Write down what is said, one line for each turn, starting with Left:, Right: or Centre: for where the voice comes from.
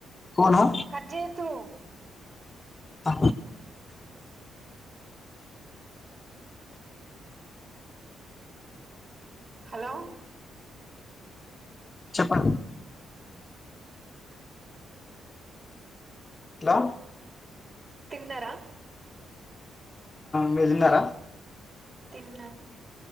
Left: ఫోను
Right: కట్ చేయొద్దు
Left: ఆ
Right: హలో
Left: చెప్పండి హలో
Right: తిన్నరా
Left: మీరు తిన్నారా
Right: తిన్నా